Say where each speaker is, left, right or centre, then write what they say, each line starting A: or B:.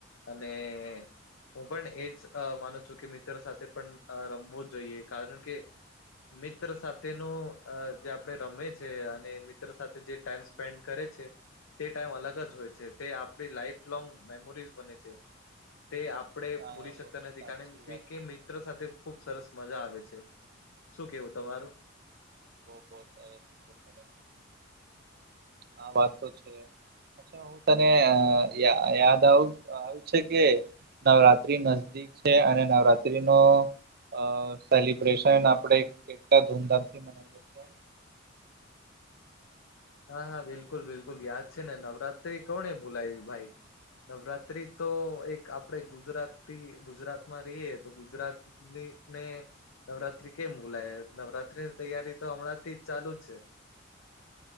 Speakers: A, on the left (about 85°); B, on the right (about 50°).
A: અને હું પણ એજ અ માનું છું કે, મિત્ર સાથે પણ અ રમવુજ જોઈએ, કારણ કે મિત્ર સાથે નુ અ જે આપડે રમે છે, અને મિત્ર સાથે જે ટાઈમ સ્પ પેન્ડ કરે છે, તે ટાઈમ અલગ જ હોય છે, તે આપડી લાઈફ લોંગ મેમોરીઝ બને છે. તે આપડે
B: હા
A: ભૂલી
B: બહુ
A: શકતા નથી,
B: સાચી
A: કારણ કી
B: વાત
A: તે
B: કીધી
A: મિત્ર
B: તમે.
A: સાથે ખુબ સરસ મજા આવે છે. શું કેવું તમારું?
B: બો બો થહે <unintelligible> આ વાત તો છે, અચ્છા હું તને યા યાદ આવ આવું છે કે, નવરાત્રી નજદીક છે, અને નવરાત્રી નો અ સેલિબ્રેશન આપડે કેટલા ધૂમધામ થી મનાવીએ. છીએ
A: હા હા બિલકુલ બિલકુલ યાદ છે ને નવરાત્રી કોને ભૂલાઈવી ભાઈ. નવરાત્રી તો એક આપ આપણે ગુજરાતી ગુજરાતમાં રહીએ તો ગુજરાતનીને નવરાત્રી કેમ ભુલાઈ. નવરાત્રી ની તૈયારી તો હમણાં થી ચાલુ જ છે.